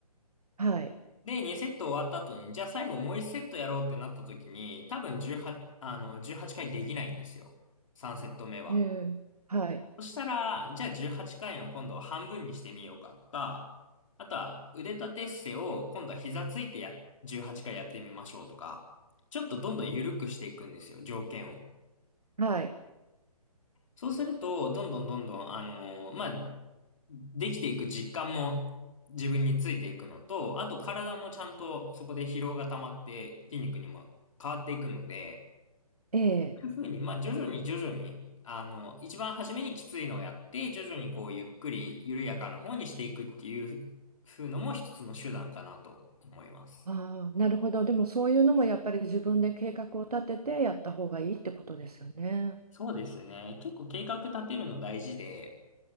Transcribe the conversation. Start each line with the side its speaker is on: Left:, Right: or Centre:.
Right: はい。
Left: で、2セット終わった後に、じゃあ最後もう1セットやろうってなった時に、多分18、あの、18回できないんですよ。3セット目は。
Right: ええ、はい。
Left: そしたら、じゃあ18回の今度は半分にしてみようかとか、あとは腕立て伏せを今度は膝ついてや、18回やってみましょうとか、ちょっとどんどん緩くしていくんですよ、条件を。
Right: はい。
Left: そうすると、どんどんどんどん、あのーまあ、できていく実感も自分についていくのと、あと体もちゃんとそこで疲労が溜まって筋肉にも変わっていくので、
Right: ええ。
Left: いうふうに、まあ、徐々に徐々に、あの、一番初めにきついのをやって、徐々にこう、ゆっくり緩やかな方にしていくっていうふうのも一つの手段かなと思います。
Right: ああ、なるほど。でもそういうのもやっぱり自分で計画を立ててやった方がいいってことですよね。
Left: そうですね。結構計画立てるの大事で、